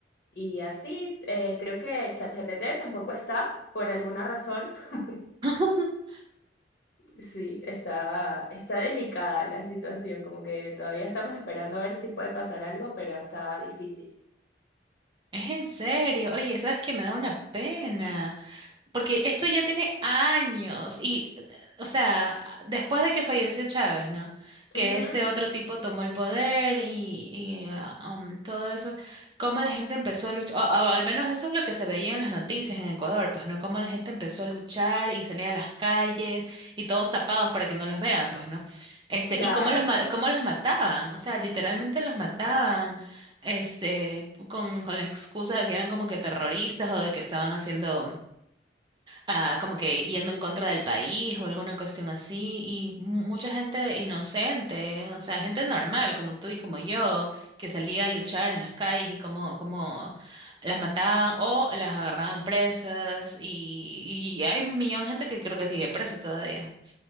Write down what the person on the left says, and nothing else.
y así, eh, creo que ChatGPT tampoco está por alguna razón. <laughs>
Sí, está, está delicada la situación, como que todavía estamos esperando a ver si puede pasar algo, pero está difícil.
Ujú,
claro.